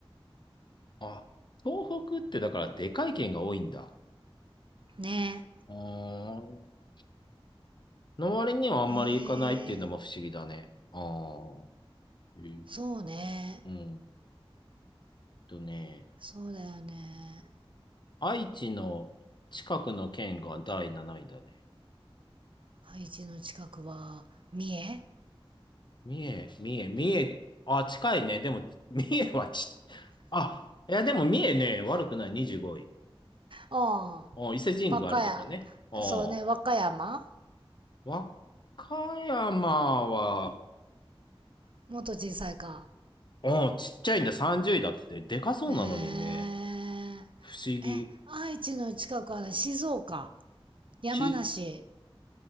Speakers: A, on the left; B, on the right.
A: あ、東北ってだからでかい県が多いんだ。
B: ね
A: うーんの割にはあんまり行かないっていうのも不思議だね。
B: ええー
A: ああ。へえ
B: そうね。
A: うんとね、
B: そうだよね。
A: 愛知の近くの県が第7位だね。
B: ハイジの近くは、三重
A: 三重、三重、三重、あ、近いね。でも、三重はち、あ、いや、でも三重ね、悪くない25位。
B: ああ、
A: あ、伊勢神宮があるとこね。
B: 和歌山。
A: あ、
B: そうね、和歌山
A: 和歌山は、
B: もっと小さいか。
A: あ、ちっちゃいんだ、30位だって。でかそうなのにね。
B: えー、
A: 不思議。
B: え、愛知の近くはね静岡、山梨、
A: ち、